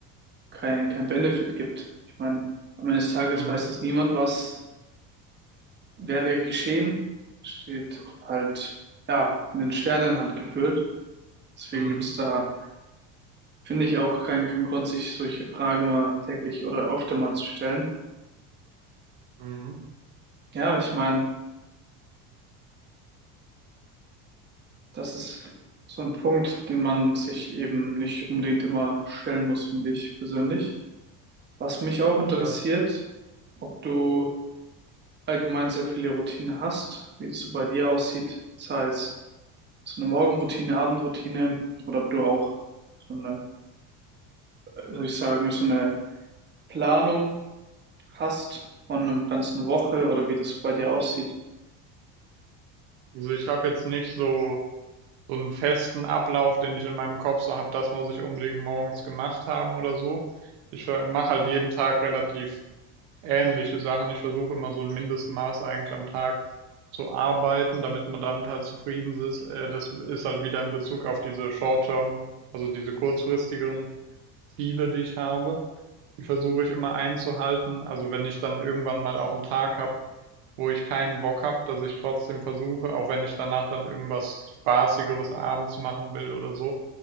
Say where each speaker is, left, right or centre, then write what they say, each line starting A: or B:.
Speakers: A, on the right; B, on the right.
A: kein, kein Benefit gibt. Ich meine, am Ende des Tages
B: Mhm.
A: weiß das niemand, was wäre geschehen. Steht halt, ja, in den Sternen halt gefühlt. Deswegen
B: Mhm.
A: gibt's da Finde ich auch keinen keinen Grund, sich solche Fragen mal täglich oder öfter mal zu stellen.
B: Mhm.
A: Ja, ich meine, das ist so ein Punkt, den man sich eben nicht unbedingt immer stellen muss, finde ich persönlich. Was mich auch interessiert,
B: Ja,
A: ob du allgemein sehr viele Routinen hast, wie es so bei dir aussieht, sei es so eine Morgenroutine, Abendroutine oder ob du auch so eine, äh, soll ich sagen, so eine Planung hast von einer ganzen Woche oder wie das so bei dir aussieht.
B: Also ich habe jetzt nicht so, so einen festen Ablauf, den ich in meinem Kopf so habe, das muss ich unbedingt morgens gemacht haben oder so. Ich mache halt jeden Tag relativ ähnliche Sachen. Ich versuche immer so ein Mindestmaß eigentlich am Tag zu arbeiten, damit man damit halt zufrieden ist. Äh, das ist halt wieder in Bezug auf diese Short-Term, also diese kurzfristigeren Ziele, die ich habe. Die versuche ich immer einzuhalten. Also wenn ich dann irgendwann mal auch einen Tag habe, wo ich keinen Bock habe, dass ich trotzdem versuche, auch wenn ich danach dann irgendwas Spaßigeres abends machen will oder so,